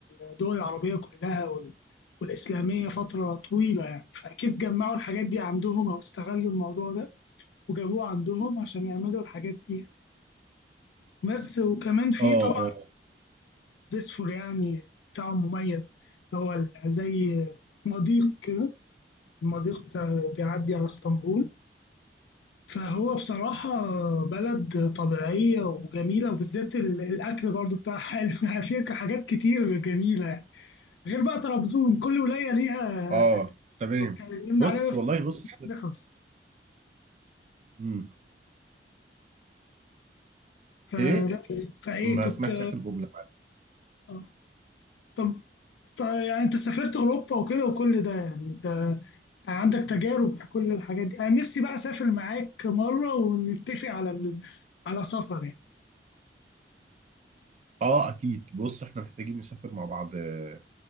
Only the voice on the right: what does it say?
اه
اه
اه تمام
بص
والله بص
مم.
ايه
ما
سمعتش اخر جمله
اه اكيد بص احنا محتاجين نسافر مع بعض آه،